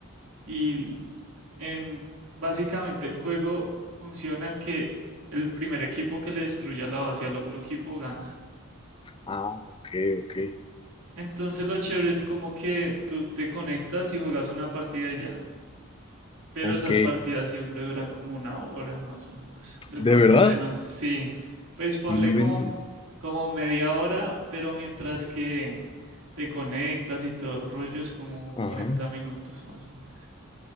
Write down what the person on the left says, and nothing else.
Ah, ok, ok,
ok.
¿De
verdad?
No inventes.
Ajá.